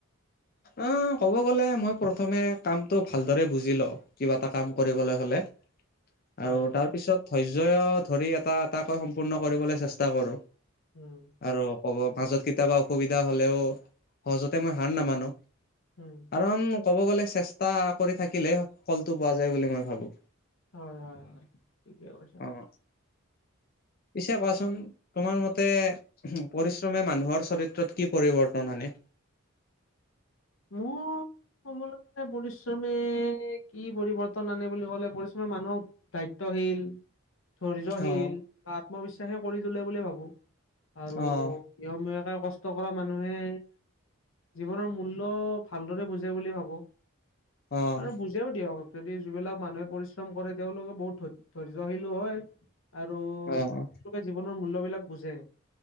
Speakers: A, on the left (about 40°); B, on the left (about 65°).
A: অ ক'ব গ'লে মই প্ৰথমে কামটো ভালদৰে বুজি লওঁ কিবা এটা কাম কৰিবলৈ হলে
B: হয়
A: আৰু তাৰ পিছত ধৰ্য্য ধৰি এটা এটাকৈ সম্পূৰ্ণ কৰিবলৈ চেষ্টা কৰো
B: উম
A: আৰু কব মাজত কেতিয়াবা অসুবিধা হলেও সহজতে মই হাৰ নামানো
B: উম
A: কাৰণ ক'ব গলে চেষ্টা কৰি থাকিলে ফলটো পোৱা যায় বুলি মই ভাবো
B: হয় হয় হয় ঠিকে কৈছা
A: অ', পিছে কোৱাচোন তোমাৰ মতে পৰিশ্ৰমে মানুহৰ চৰিত্ৰত কি পৰিৱৰ্তন আনে
B: মোৰ ক'বলৈ মানে পৰিশ্ৰমে কি পৰিৱৰ্তন আনে বুলি ক'লে পৰিশ্ৰমে মানুহক দায়িত্বশীল ধৈৰ্যশীল
A: অ',
B: বা আত্মবিশ্বাসী কৰি তোলে বুলি ভাবোঁ আৰু
A: অ',
B: নিয়মীয়াকে কষ্ট কৰা মানুহে জীৱনৰ মূল্য ত ভালদৰে বুজে বুলি ভাবোঁ
A: অ',
B: নিজও দিয়ক যদি যিবিলাক মানুহে পৰিশ্ৰম কৰে তেওঁলোকে বহুত ধ্য ধৈৰ্য্যশীলো হয় আৰু তেওঁলোকে
A: অ',
B: জীৱনৰ মূল্য বিলাক বুজে